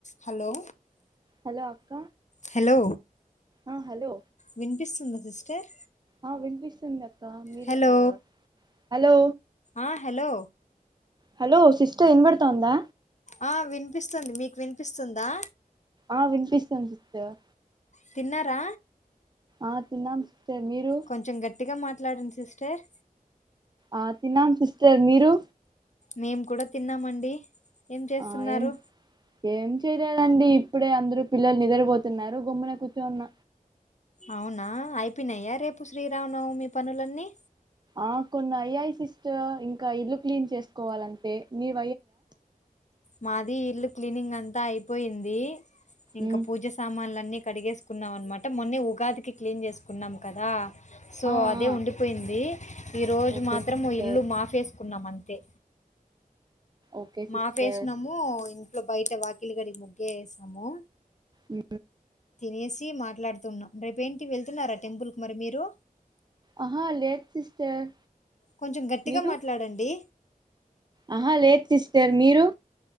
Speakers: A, on the left (about 50°); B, on the right (about 30°).
A: Hello
B: hello అక్క
A: hello
B: ఆ hello
A: వినిపిస్తుందా సిస్టర్
B: ఆ వినిపిస్తుంది అక్కా మీరె
A: హలో
B: ఆ హలో,
A: ఆ హలో
B: హలో సిస్టర్ ఇన్బడుతోందా
A: ఆ వినిపిస్తుంది మీకు వినిపిస్తుందా
B: ఆ వినిపిస్తుంద్ సిస్టర్
A: తిన్నరా
B: ఆ తిన్నాం సిస్టర్ మీరు
A: కొంచెం గట్టిగా మాట్ ట్లాడండ్ సిస్టర్
B: ఆ తిన్నాం సిస్టర్ మీరూ
A: మేము కూడ తిన్నామండి ఏం చేస్తున్నారు
B: ఆ ఏం ఏం చేయలేదండి ఇప్పుడే అందరు పిల్లలు నిద్రపోతున్నారు గుమ్మున కూర్చోన్న
A: అవునా అయిపోనయా రేపు శ్రీరామనవమి పనులన్నీ
B: ఆ కొన్ని అయ్యాయ్ సిస్టర్, ఇంక ఇల్లు క్లీన్ చేసుకోవాల్ అంతే మీర్
A: మాది ఇల్లు క్లీనింగ్ అంత అంతా అయిపోయింది. ఇంకా
B: ఉమ్
A: పూజ సామాన్లుల అన్నీ కడిగేసుకున్నాం, అనమాట మొన్న ఉగాదికి క్లీన్ చేసుకున్నాం, కదా సో
B: ఆ
A: అదే
B: ఆ
A: ఉండిపోయింది. ఈ రోజు
B: ఓకే
A: మాత్రం
B: సిస్టర్
A: ఇల్లు మాప్ ఎసు అనుకున్నాం అంతే,
B: ఓకే
A: మాప్
B: సిస్టర్
A: ఎసినము, ఇంట్లో బయట వాకిలి కడిగి ముగ్గు వేసేసి నము,
B: ఉ
A: వేసి మాట్లాడుతున్నాం, రేపు ఏంటి వెళ్తున్నారా టెంపుల్ కి మీరు
B: ఆహా లేదు సిస్టర్,
A: కొంచెం గట్టిగా
B: మీరు
A: మాట్లాడండి,
B: ఆహా లేదు సిస్టర్, మీరు